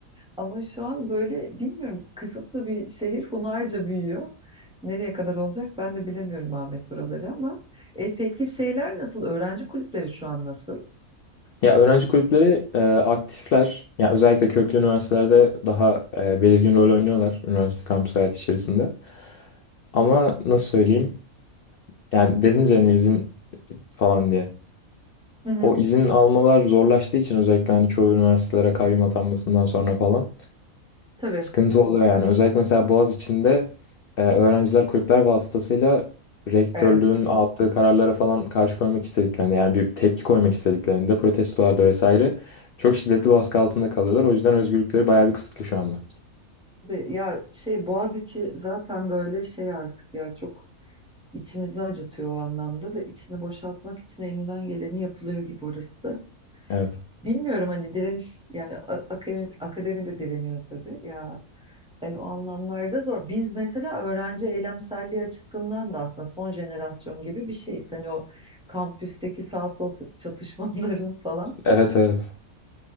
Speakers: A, in the centre; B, on the left.
A: Ama şu an böyle bilmiyorum kısıtlı bir şehir Hunharca büyüyor. Nereye kadar olacak ben de bilemiyorum Ahmet oraları ama. E, peki şeyler nasıl? Öğrenci kulüpleri şu an nasıl?
B: Ya öğrenci kulüpleri e, aktifler. Ya özellikle köklü üniversitelerde daha e, belirgin rol oynuyorlar üniversite kampüs hayatı içerisinde. Ama nasıl söyleyeyim? Yani dediniz yani izin falan diye.
A: Hı hı,
B: O izin almalar zorlaştığı için özellikle hani çoğu üniversitelere kayyum atanmasından sonra falan
A: tabii.
B: sıkıntı oluyor yani. Özellikle mesela Boğaziçi'nde e, öğrenciler kulüpler vasıtasıyla rektörlüğün
A: Evet.
B: aldığı kararlara falan karşı koymak istediklerinde yani bir tepki koymak istediklerinde protestolarda vesaire çok şiddetli baskı altında kalıyorlar. O yüzden özgürlükleri bayağı bir kısıtlı şu anda.
A: Tabii ya şey Boğaziçi zaten böyle şey artık ya çok içimizi acıtıyor o anlamda da içini boşaltmak için elinden geleni yapılıyor gibi orası da.
B: Evet.
A: Bilmiyorum hani direniş yani a- akademi, akademi de direniyor tabii ya hani o anlamlarda zor. Biz mesela öğrenci eylemselliği açısından da aslında son jenerasyon gibi bir şeyiz. Hani o kampüsteki sağ sol çatışmaların <laughs> falan.
B: Evet evet.